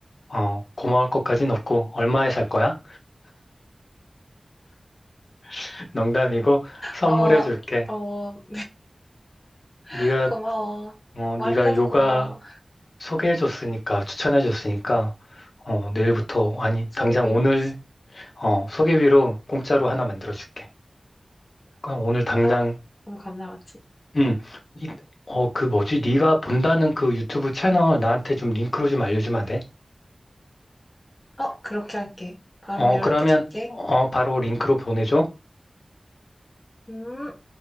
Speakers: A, on the left (about 70°); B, on the left (about 30°).
A: 어, 고마울 것까진 없고 얼마에 살 거야? <laughs> 농담이고 선물해줄게.
B: 어, 어, <laughs>
A: 네가
B: 고마워.
A: 어
B: 말이라도
A: 네가 요가
B: 고마워.
A: 소개해 줬으니까 추천해 줬으니까 어 내일부터 아니
B: 소개비로.
A: 당장 오늘 어 소개비로 공짜로 하나 만들어 줄게. 그럼 오늘 당장
B: 어, 너무 감사하지.
A: 음 이, 어, 그 뭐지? 네가 본다는 그 유튜브 채널 나한테 좀 링크로 좀 알려주면 안 돼?
B: 어, 그렇게 할게. 바로
A: 어
B: 연락해줄게.
A: 그러면 어 바로 링크로 보내줘.
B: 음.